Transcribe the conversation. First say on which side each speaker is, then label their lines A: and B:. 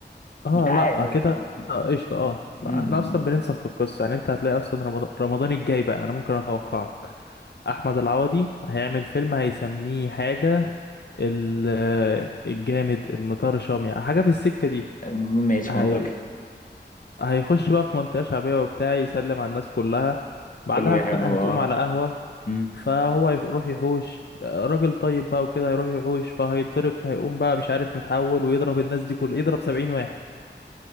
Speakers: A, on the left; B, on the left.
A: اه
B: مش عارف
A: لا كده
B: آه، آه.
A: آه، قشطة اه
B: م-
A: لا احنا اصلا بننسخ في القصة يعني انت هتلاقي اصلا رمضان رمضان الجاي بقى انا ممكن اتوقع لك احمد العوضي هيعمل فيلم هيسميه حاجة ال- الجامد المطرشام يعني حاجة في السكة دي
B: م- ماشي
A: هي
B: منطقي
A: هيخش بقى في منطقة شعبية وبتاع يسلم على الناس كلها بعدها
B: كله بيحبه
A: خناقة هتقوم
B: اه
A: على قهوة
B: م.
A: فهو يروح يحوش راجل طيب بقى وكده هيروح يحوش فهيتضرب فهيقوم بقى مش عارف متحول ويضرب الناس دي كل يضرب سبعين واحد